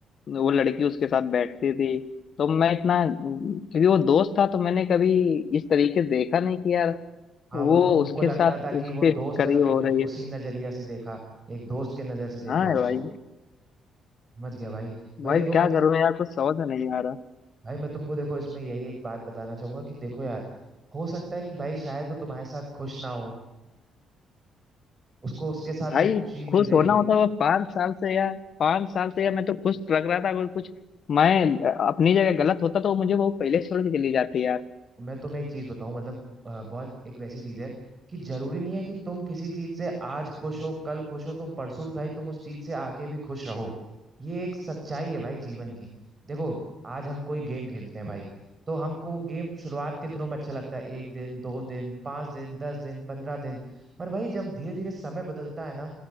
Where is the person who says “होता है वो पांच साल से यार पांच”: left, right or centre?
Left